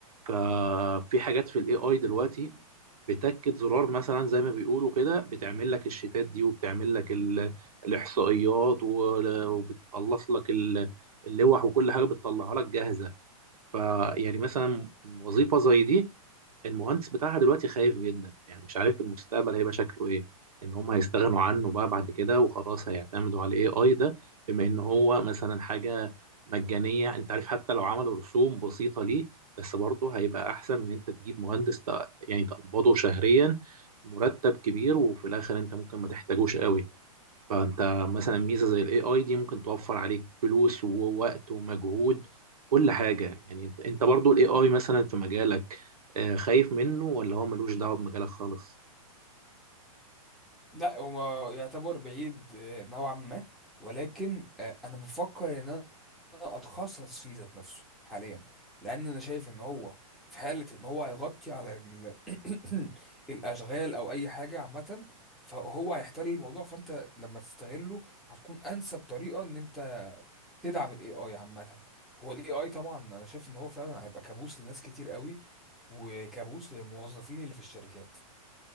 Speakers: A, on the right; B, in the centre.
A: ففي حاجات في الاي اي دلوقتي بتاكد زرار مثلا زي ما بيقولوا كده بتعمل لك الشيتات دي وبتعمل لك ال- الاحصائيات و- وبتخلص لك ال- اللوح وكل حاجه بتطلعها لك جاهزه فيعني مثلا وظيفة زي دي المهندس بتاعها دلوقتي خايف جدا يعني مش عارف المستقبل هيبقى شكله ايه ان هم هيستغنوا عنه بقى بعد كده وخلاص هيعتمدوا على الاي اي ده بما ان هو مثلا حاجة مجانية انت عارف حتى لو عملوا رسوم بسيطة ليه بس برضه هيبقى احسن من انت تجيب مهندس تق- يعني تقبضه شهريا مرتب كبير وفي الاخر انت ممكن ما تحتاجوش قوي فانت مثلا ميزه زي الاي اي دي ممكن توفر عليك فلوس ووقت ومجهود كل حاجه يعني انت انت برضو الاي اي مثلا في مجالك آه، خايف منه ولا هو ملوش دعوه بمجالك خالص
B: لا هو ما يعتبر بعيد آه، نوعا ما ولكن آه، انا بفكر ان انا اتخصص فيه ذات نفسه حاليا لان انا شايف ان هو في حاله ان هو هيغطي على ال- <coughs> الاشغال او اي حاجه عامه فهو هيحتل الموضوع فانت لما تستغله هتكون انسب طريقه ان انت تدعم الاي اي عامه هو الاي اي طبعا انا شايف ان هو فعلا هيبقى كابوس لناس كتير قوي وكابوس للموظفين اللي في الشركات